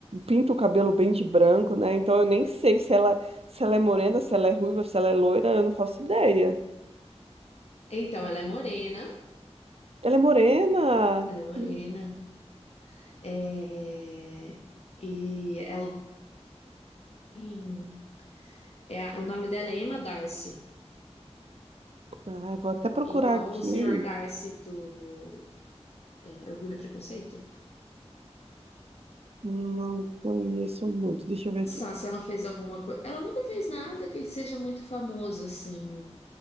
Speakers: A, on the right; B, on the left.
A: pinta o cabelo bem de branco, né? Então eu nem sei se ela, se ela é morena, se ela é ruiva, se ela é loira, eu não faço ideia.
B: Então ela é morena,
A: Ela é morena?
B: ela é morena.
A: Hum,
B: É... E ela tem- é a- o nome dela é Emma Darcy,
A: Ai, vou até procurar
B: igual
A: aqui.
B: o senhor Darcy do é, Orgulho e Preconceito.
A: Não conheço muito, deixa eu ver aqui.
B: pensar se ela fez alguma coisa. Ela nunca fez nada que seja muito famoso, assim,